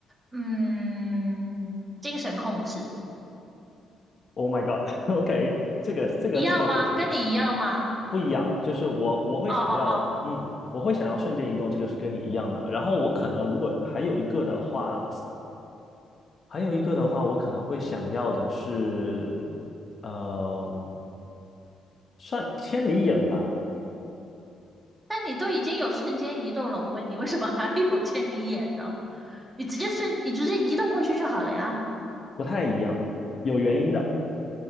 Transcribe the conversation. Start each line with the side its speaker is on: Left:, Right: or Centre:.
Right: 嗯，精神控制
Left: ？Oh my God，OK，<laughs> 这个这个这个非常
Right: 一样吗？跟你一样吗？
Left: 不一样，就是我我会想要，
Right: 哦哦哦，
Left: 嗯，我会想要瞬间移动，这个是跟你一样的。然后我可能如果还有一个的话，还有一个的话，我可能会想要的是，呃，算千里眼吧，
Right: 那你都已经有瞬间移动了，我问你为什么还有千里眼呢？你直接瞬，你直接移动过去就好了呀。
Left: 不太一样，有原因的。